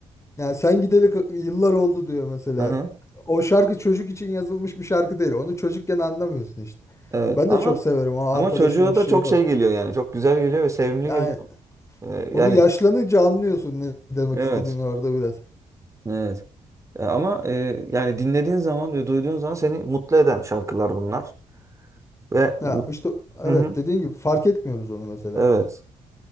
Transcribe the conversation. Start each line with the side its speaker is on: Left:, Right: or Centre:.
Left: Yani sen gideli k- yıllar oldu diyor mesela.
Right: aha.
Left: O şarkı çocuk için yazılmış bir şarkı değil. Onu çocukken anlamıyorsun işte.
Right: Evet
Left: Ben
Right: ama
Left: de çok severim o arkadaşım
Right: ama çocuğa
Left: eşeği
Right: da çok
Left: falan.
Right: şey geliyor yani çok güzel geliyor ve sevimli
Left: Yani
Right: geliyor. Ee,
Left: onu
Right: Yani
Left: yaşlanınca anlıyorsun ne demek
Right: evet,
Left: istediğini orada biraz.
Right: evet. E, Ama e, yani dinlediğin zaman ve duyduğun zaman seni mutlu eden şarkılar bunlar ve mut-
Left: Ya işte evet
Right: hı hı,
Left: dediğin gibi fark etmiyoruz onu mesela.
Right: evet.